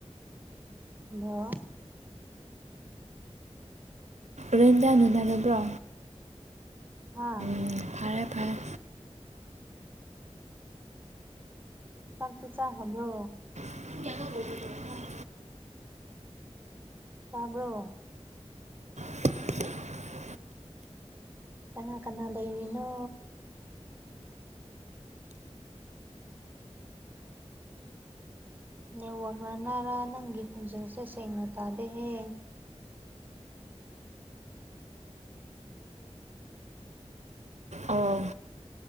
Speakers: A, on the right; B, on the right.
A: ꯍꯜꯂꯣ
B: ꯔꯦꯟꯖꯥ ꯅꯨꯅꯔꯕ꯭ꯔꯣ
A: ꯍꯥꯥ
B: ꯎꯝ ꯐꯔꯦ ꯐꯔꯦ
A: ꯆꯥꯛꯇꯤ ꯆꯥꯈ꯭ꯔꯕꯣ
B: <inaudible>
A: ꯇꯥꯕ꯭ꯔꯣ
B: <unintelligible>
A: ꯀꯅꯥ ꯀꯅꯥ ꯂꯩꯔꯤꯅꯣ ꯅꯦꯠꯋꯥꯛꯅꯔ ꯅꯪꯒꯤ ꯈꯣꯟꯖꯦꯜꯁꯦ ꯁꯦꯡꯅ ꯇꯥꯗꯦꯍꯦ
B: ꯑꯣ